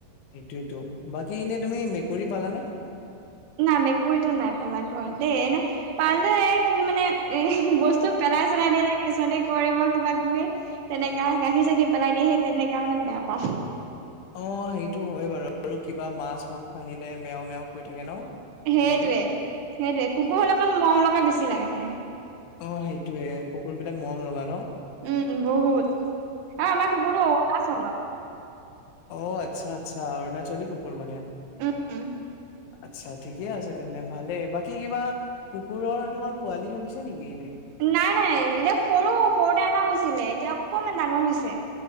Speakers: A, on the left; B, on the right.
A: সেইটোৱে বাকী এনেই তুমি মেকুৰী পালানে?
B: ন মেকুৰীতো নাই পালা ঘৰত দেই, এনে পালোৱে কিন্তু মানে এ বস্তু। পেলাই চেলাই দিয়ে খচক। কৰিব কিবা কিবি, তেনেকা গাখীৰ চাখি পেলাই দিয়ে সেই তেনেককা মানে বেয়া পাাম।
A: অঁ সেইটোৱেই হয় বাৰু, আৰু কিবা মাছ মাংস আনিলে মেও মেও কৰি থাকে ন?
B: সেইটয়ে
A: কেনেকে
B: সেইটয়ে, কুকুৰ হলে অকণ মৰম লগা বেছি লাগে মানে।
A: অঁ সেইটোয়ে কুকুৰ বিলাক মৰম লগা ন।
B: উম বহুত আমাৰ কুকুৰটো অৰুণাচলৰ।
A: অঁ, আচ্ছা আচ্ছা অৰুণাচলী কুকুৰ মানে।
B: উম।
A: আচ্ছা ঠিকে আছে তেনে ভালে, বাকী কিবা কুকুৰৰ তোমাৰ পোৱালি হৈছে নেকি এনে
B: নাই নাই এনে সৰু সৰুতে অনা হৈছিলে এতিয়া অকণমান ডাঙৰ হৈছে।